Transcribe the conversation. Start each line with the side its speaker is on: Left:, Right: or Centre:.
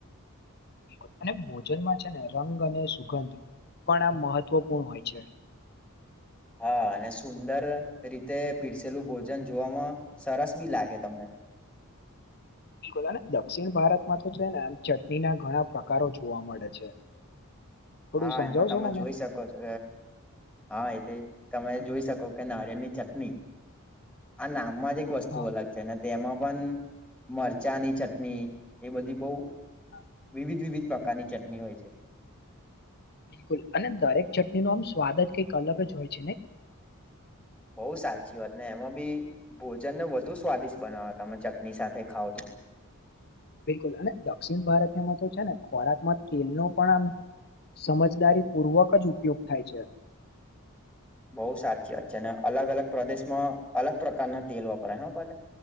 Left: <inaudible> અને ભોજનમાં છે ને રંગ અને સુગંધ પણ આ મહત્વપૂર્ણ હોય છે <inaudible>
Centre: હા અને સુંદર રીતે પીરસેલું ભોજન જોવામાં સરસ બી લાગે તમને
Left: <inaudible> બિલકુલ અને દક્ષિણ ભારતમાં તો છે ને આમ ચટણી ના ઘણા પ્રકારો જોવા મળે છે <inaudible> થોડું
Centre: હા
Left: સમજાવશો
Centre: એમાં તમે
Left: મને
Centre: જોઈ શકો છો હા એ તમે જોઈ શકો કે નારિયેળની ચટણી આ નામ સામાજિક વસ્તુ
Left: હા
Centre: અલગ છે અને તેમાં પણ મરચાંની ચટણી એ બધી બહ
Left: હા,
Centre: વિવિધ વિવિધ પ્રકારની ચટણી હોય છે
Left: બિલકુલ અને દરેક ચટણી ન આમ સ્વાદ જ કઈ કલર જ હોય છે ને
Centre: બઉુ સાચી વાત ને એમાં બી ભોજન ને વધુ સ્વાદિષ્ટ બનાવ્યા હતામે ચટણી સાથે ખાવ તો
Left: બિલકુલ અને દક્ષિણ ભારતી એમાં તો છે ને ખોરાકમાં તેલનો પણ આમ સમજદારીપૂર્વક જ ઉપયોગ થાય છે
Centre: બહુ સાચી વાત છે અને અલગ અલગ પ્રદેશમાં અલગ પ્રકારના તેલ વપરાય હ પાછા